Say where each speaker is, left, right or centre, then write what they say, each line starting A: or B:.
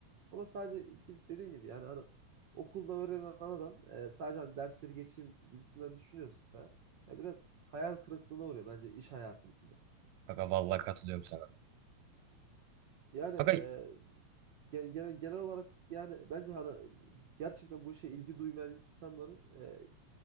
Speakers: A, on the right (about 70°); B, on the right (about 85°).
A: Ama sadece gidip dediğin gibi yani hani okulda öğrenen adam e, sadece hani dersleri geçeyim gibisinden düşünüyorsa eğer, ya biraz hayal kırıklığına uğruyor bence iş hayatında.
B: Aga vallahi katılıyorum sana.
A: Yani
B: Aga,
A: e, Ge- Genel, genel olarak yani bence hani gerçekten bu işe ilgi duymayan insanların e,